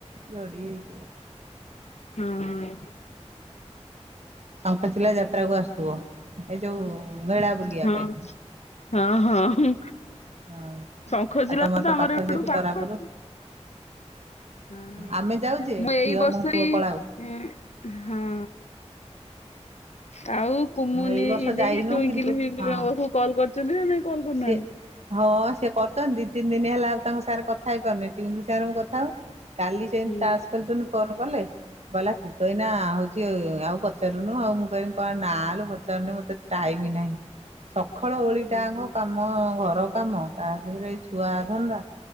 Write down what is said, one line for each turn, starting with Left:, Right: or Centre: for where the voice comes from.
Right: ଯୋଡ଼ି ହେଇଯିବ।
Left: ହଁ ଅଁ।
Right: ଶଙ୍ଖଚିଲା ଯାତ୍ରା କୁ ଆସୁଥିବ। ଏଇ ଯୋଉ ମେଳା ବୁଲିବା
Left: ହଁ
Right: ପାଇଁ।
Left: ହଁ ହଁ ହୁଁ
Right: ହଁ
Left: ଶଙ୍ଖଚିଲା
Right: ଆଉ ତମର
Left: ତ ଆମର
Right: ପାଖ
Left: ଏଡୁ
Right: ସେଠି
Left: ପାଖ।
Right: ତରାପୁର
Left: ହଁ
Right: ଆମେ ଯାଉ ଯେ
Left: ମୁଁ ଏଇ
Right: ଝିଅ
Left: ବର୍ଷ
Right: ପୁଅ
Left: ଇ
Right: ପଳାଉ।
Left: ଏଁ ହଁ। ଆଉ କୁମୁନି
Right: ଏଇ ବର୍ଷ ଯାଇନୁ
Left: ଦେଇ ତୁଇଁକିଲି
Right: କିନ୍ତୁ
Left: ଫୁଇଁକିଲି
Right: ହଁ
Left: ପାଖକୁ କଲ୍ କରିଚନ୍ତି ନା ନାଇ କଲ୍ କରୁନାଆନ୍ତି?
Right: ସିଏ ହଁ ସେ କରୁଚନ୍ତି ଦି ତିନି ଦିନ ହେଲା ଆଉ ତାଙ୍କ ସାର କଥା ହେଇପାରୁନି ଟିଉନ ସାଙ୍ଗରେ ମୁଁ କଥାହୁଏ, କାଲି ସେମତି
Left: ହୁଁ।
Right: ତାସ ଖେଳୁଥୁନୁ ଫୋନ କ କଲେ, କଇଲା ତୁ ଏଇନା ହଉଚି ଆଉ ପଚାରୁନୁ ଆଉ ମୁଁ କହି କଏ ନାଁଲୋ ପଚାରୁନି ମତେ ଟାଇମ ନାହିଁ। ସଖାଳ ଓଳିଟାଙ୍କ
Left: ଓହୋ
Right: କାମ ଘର କାମ, ତାସାଙ୍ଗରେ ଏଇ ଛୁଆ ଧନ୍ଦା